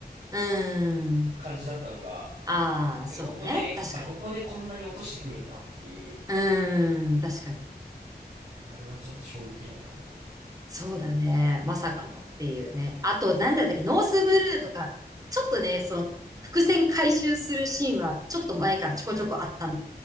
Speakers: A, on the right; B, on the right.
A: うん。
B: 感じだったのが、
A: ああ、そうね。
B: えここで、
A: 確かに。
B: あ、ここでこんなに落としてくるんだっていう、
A: うーん、確かに。
B: あれはちょっと衝撃だったかも。
A: そうだね。まさかのっていうね。あと、なんだったっけ、ノースブルーとか、ちょっとね、その、伏線回収するシーンは、ちょっと前からちょこちょこあったん